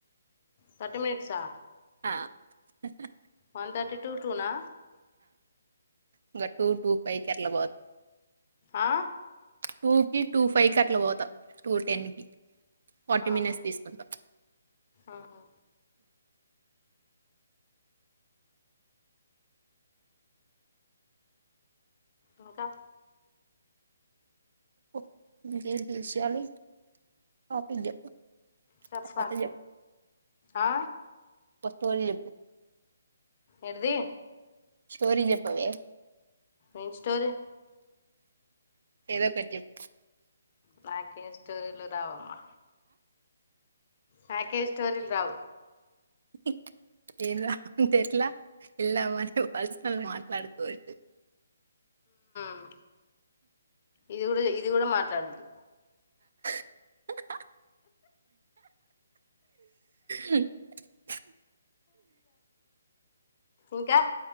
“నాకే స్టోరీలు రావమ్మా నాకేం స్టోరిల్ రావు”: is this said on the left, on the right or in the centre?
Left